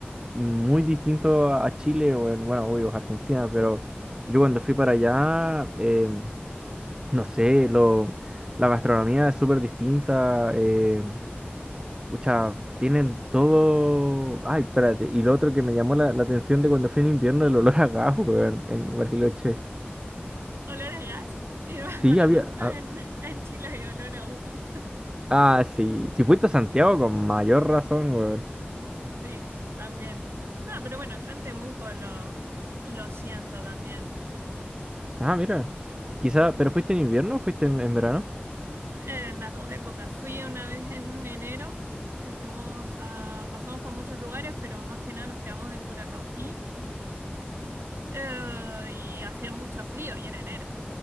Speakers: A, on the right; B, on the right.
A: muy distinto a a Chile o en, bueno, obvio, es Argentina, pero yo cuando fui para allá, em, no sé, lo, la gastronomía es súper distinta. em, Pucha, tienen todo. Ay, espérate. Y lo otro que me llamó la, la atención de cuando fui en invierno, el olor a gas, weón, en Bariloche.
B: Olor a gas, y <laughs>
A: Sí,
B: para
A: había.
B: nosotros
A: Ah,
B: en, en Chile hay olor a humo.
A: ah, sí. Si fuiste a Santiago, con mayor razón, weón.
B: Sí, también. No, pero bueno, yo en Temuco lo, lo siento también.
A: Ah, mira. Quizá, ¿pero fuiste en invierno o fuiste en, en verano?
B: En las dos épocas. Fui una vez en enero, que fuimos a, pasamos por muchos lugares, pero más que nada nos quedamos en Curacautín. eh, y hacía mucho frío y era enero.